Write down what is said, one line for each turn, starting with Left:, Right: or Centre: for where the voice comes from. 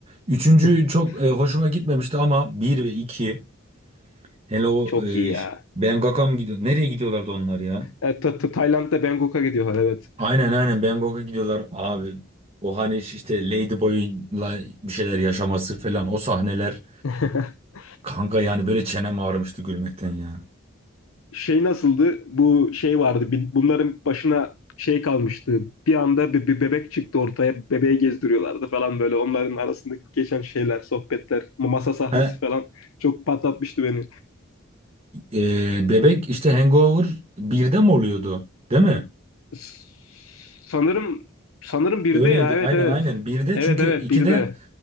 Right: Üçüncü
Left: <laughs>
Right: çok e, hoşuma gitmemişti ama bir ve iki. Hele o
Left: Çok
Right: e,
Left: iyi ya.
Right: ş- Bangkok'a mı gidiyor? Nereye gidiyorlardı onlar ya?
Left: Evet, Ta- Ta- Tayland'da Bangkok'a gidiyorlar evet.
Right: Aynen aynen Bangkok'a gidiyorlar abi. O hani işte Ladyboy'la bir şeyler yaşaması falan o sahneler.
Left: <laughs>
Right: Kanka yani böyle çenem ağrımıştı gülmekten ya.
Left: Şey nasıldı? Bu şey vardı. bi- Bunların başına şey kalmıştı. Bir anda bir, bir bebek çıktı ortaya. Bebeği gezdiriyorlardı falan böyle. Onların arasındaki geçen şeyler, sohbetler, ma- masa sahnesi
Right: He,
Left: falan çok patlatmıştı beni.
Right: Ee, bebek işte Hangover birde mi oluyordu? Değil mi?
Left: S- Sanırım sanırım bir
Right: Öyleydi.
Left: de ya evet
Right: Aynen
Left: evet.
Right: aynen. birde
Left: Evet
Right: çünkü
Left: evet
Right: 2'de
Left: bir de.